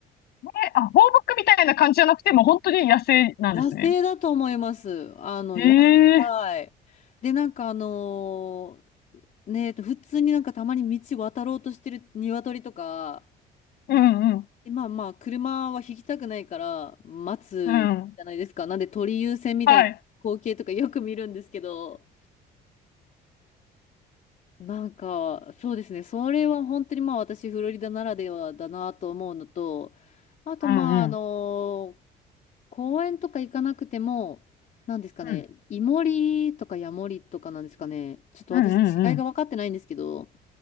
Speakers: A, on the left (about 70°); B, on the left (about 50°).
A: え、あ、放牧みたいな感じじゃなくて、もう本当に野生なんですね。
B: 野生だと思います。あの、
A: へ
B: 野菜。
A: え。
B: で、なんかあのーね、普通になんかたまに道渡ろうとしてる鶏とか、
A: うんうん。
B: で、まあまあ、車は引きたくないから待つじゃないですか。
A: うん。
B: なんで鳥優先みたいな光景とかよく見るんですけど、
A: はい。
B: なんか、そうですね。それは本当にまあ私、フロリダならではだなと思うのと、あとまあ、
A: うんうん。
B: あの、公園とか行かなくても、なんですかね、
A: うん。
B: イモリとかヤモリとかなんですかね。ちょっと私、
A: うんうんうん。
B: 違いが分かってないんですけど、